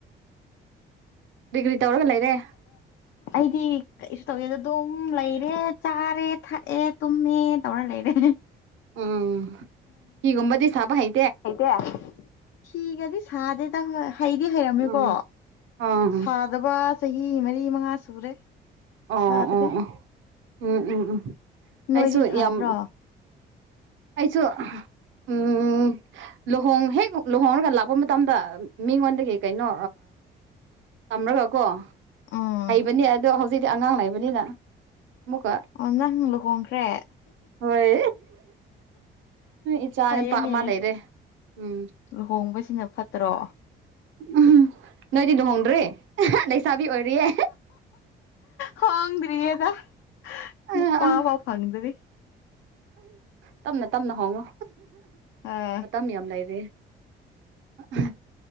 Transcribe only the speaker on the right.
ꯗꯤꯒ꯭ꯔꯤ ꯇꯧꯔꯒ ꯂꯩꯔꯦ
ꯎꯝ ꯍꯤꯒ ꯑꯣꯝꯕꯗꯤ ꯁꯥꯕ ꯍꯥꯏ
ꯎꯝ ꯑꯥ
ꯑꯣ
ꯑꯣ ꯑꯣ ꯎꯝ ꯎꯝ ꯎꯝ
ꯑꯩꯁꯨ
ꯌꯥꯝ ꯑꯩꯥꯏꯁꯨꯣ ꯎꯝ ꯂꯨꯍꯣꯡ ꯍꯦꯛ ꯂꯨꯍꯣꯡꯔꯒ ꯂꯥꯛꯄ ꯃꯇꯝꯗ ꯃꯤꯉꯣꯟꯗꯒꯤ ꯀꯩꯅꯣ ꯇꯝꯔꯒ ꯀꯣ
ꯍꯩꯕꯅꯦ ꯑꯗꯣ ꯍꯧꯖꯤꯛꯇꯤ ꯑꯉꯥꯡ ꯂꯩꯕꯅꯤꯅ ꯃꯨꯒꯥ
ꯍꯣꯏ ꯏꯆꯥ
ꯅꯨꯄꯥ ꯑꯃ ꯂꯩꯔꯦ ꯎꯝ
ꯎꯝ ꯅꯣꯏꯗꯤ ꯅ ꯍꯣꯡꯔꯤ ꯂꯩꯁꯥꯕꯤ ꯑꯣꯏꯔꯤꯌꯦ
ꯑꯥ
ꯑꯥ
ꯇꯞꯅ ꯇꯞꯅ ꯍꯣꯡꯉꯣ
ꯃꯇꯝ ꯌꯥꯝ ꯂꯩꯔꯦ <unintelligible>